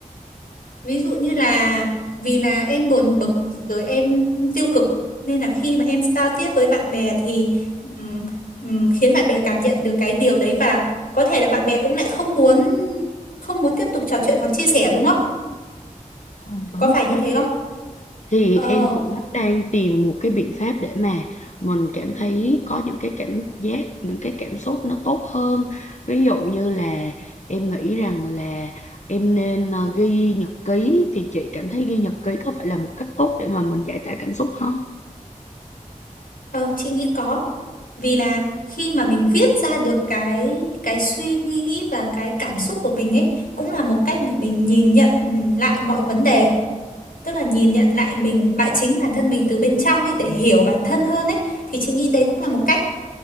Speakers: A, on the left (about 90°); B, on the left (about 55°).
A: Ví dụ như là vì là em buồn bực rồi em tiêu cực nên là khi mà em giao tiếp với bạn bè thì ừm, ừm, khiến bạn bè cảm nhận được cái điều đấy và có thể là bạn bè cũng lại không muốn không muốn tiếp tục trò chuyện hoặc chia sẻ đúng không?
B: ừ, đúng
A: Có phải
B: rồi
A: như
B: đó
A: thế
B: chị
A: không?
B: thì
A: Ờ,
B: em cũng đang tìm một cái biện pháp để mà mình cảm thấy có những cái cảm giác những cái cảm xúc nó tốt hơn ví dụ như là em nghĩ rằng là em nên ờ, ghi nhật ký thì chị cảm thấy ghi nhật ký có phải là một cách tốt để mà mình giải tỏa cảm xúc không?
A: ờ chị nghĩ có. Vì là khi mà mình viết ra được cái cái suy nghĩ và cái cảm xúc của mình ấy cũng là một cách để mình nhìn nhận ừm, lại mọi vấn đề tức là nhìn nhận lại mình bạn chính bản thân mình từ bên trong ấy để hiểu bản thân hơn ấy thì chị nghĩ đấy cũng là một cách